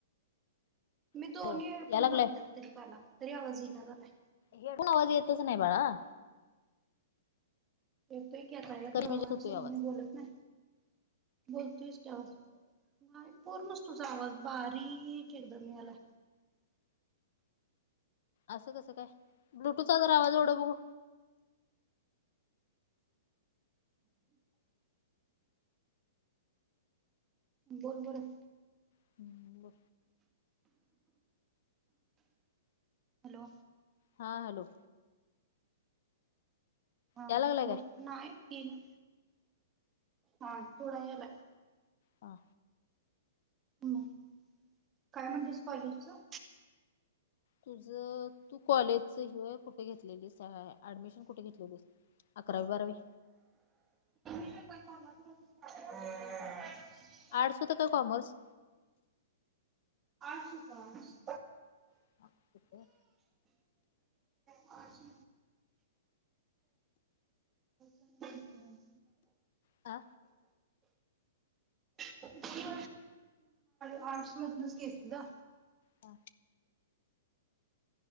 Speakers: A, on the right; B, on the left.
A: मी
B: हॅलो
A: दोन्ही हेडफोन
B: या लागलाय
A: घातलेत तरी कानात, तरी आवाज येइना झालाय.
B: हेडून आवाज येतच नाही बाळा.
A: येतोय की आता येतो
B: कमी म्हणजेच
A: आमचं
B: होतोय आवाज
A: म्हणून बोलत नाय. बोलतेस की आवाज नाही पूर्णच तुझा आवाज बारीक एकदम यालाय.
B: असं कसं काय? ब्लूटूथ चा जर आवाज एवढ बघू
A: <inaudible> बोल बरं.
B: <unintelligible>
A: हॅलो.
B: हा हॅलो.
A: हा,
B: या लागलाय काय
A: बोल. नाई येना, हा, थोडा यालाय.
B: हा.
A: <unintelligible> काय म्हणतेस कॉलेजचं?
B: तुझं, तू कॉलेजच ह्य कुठ घेतलेलीस, ऍडमिशन कुठे घेतलेलीस. अकरावी बारावी.
A: <unintelligible>
B: आर्टस होतं का कॉमर्स?
A: <unintelligible>
B: <unintelligible> हा ठीक आहे.
A: आर्ट्स दोन
B: आ?
A: <unintelligible> आर्ट्स मधनचं घेतलं.
B: आ.